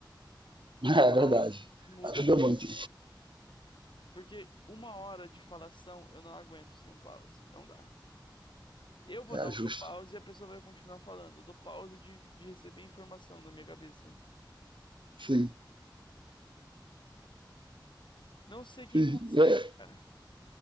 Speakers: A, on the right (about 85°); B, on the left (about 80°).
A: <laughs> é verdade.
B: Pause muda.
A: Ajuda muito.
B: Porque uma hora de falação eu não aguento sem um pause. Não dá. Eu vou dar
A: É
B: o
A: justo.
B: meu pause e a pessoa vai continuar falando. Eu dou pause de, de receber informação na minha cabeça.
A: Sim.
B: Não sei quem
A: É,
B: consegue, cara.